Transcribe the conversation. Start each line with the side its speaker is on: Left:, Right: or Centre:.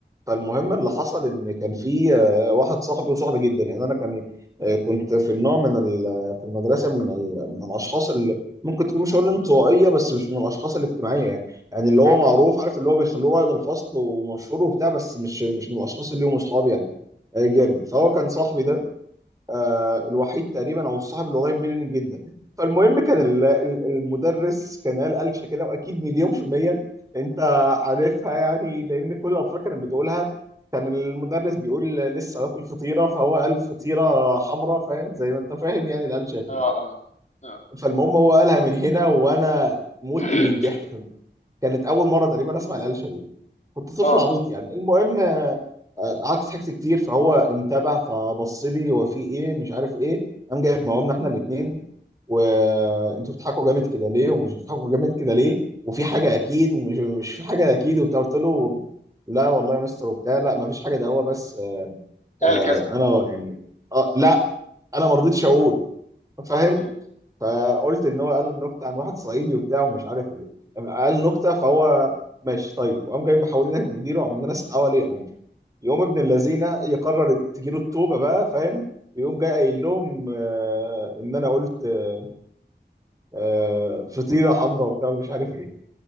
Right: فالمهم
Left: م-
Right: اللي حصل ان كان في آه، واحد صاحبي وصاحبي جدا يعني انا كان آه، كنت في النوع من ال- آه، في المدرسه من ال- من الاشخاص اللي ممكن تكون مش هقول انطوائيه بس مش من الاشخاص الاجتماعيه يعني يعني اللي هو معروف عارف اللي هو بيخلوه قائد الفصل ومشهور وبتاع بس مش مش من الاشخاص اللي هم اصحابي يعني آه، جامد فهو
Left: م.
Right: كان صاحبي ده آه، الوحيد تقريبا او الصاحب اللي قريب مني جدا فالمهم كان ال- ال- المدرس كان قال قلشه كده واكيد مليون في الميه انت عارفها يعني لان كل الاطفال كانت بتقولها كان المدرس بيقول لسه واكل فطيره فهو قال فطيره حمراء فاهم زي ما انت فاهم يعني القلشه اكيد
Left: اه اه اه
Right: فالمهم هو قالها من هنا وانا مت
Left: <clears throat>
Right: من الضحك كان- كانت اول مره تقريبا اسمع القلشه دي كنت طفل
Left: اه
Right: عبيط يعني المهم آه، آه، قعدت ضحكت كتير فهو انتبه فبص لي هو في ايه مش عارف ايه قام جايب مقاومنا احنا الاثنين وانتوا بتضحكوا جامد كده ليه ومش بتضحكوا جامد كده ليه وفي حاجه اكيد ومش مش في حاجه اكيد وبتاع قلت له لا والله يا مستر وبتاع لا ما فيش حاجه ده هو بس آه،
Left: قال
Right: آه،
Left: كذا
Right: انا يعني اه لا انا ما رضيتش اقول فاهم
Left: م.
Right: فقلت ان هو قال نكته عن واحد صعيدي وبتاع ومش عارف ايه قال نكته فهو ماشي طيب وقام جاي محول لنا المدير وعمل لنا استدعاء ولي امر يقوم ابن اللذينه يقرر تجيله التوبه بقى فاهم ويقوم جاي قايل لهم آه ان انا قلت آه آه فطيره حمراء وبتاع ومش عارف ايه